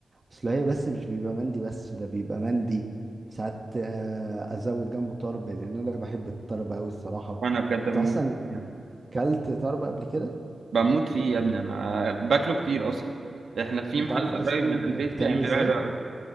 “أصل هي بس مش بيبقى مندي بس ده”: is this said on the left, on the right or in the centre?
Right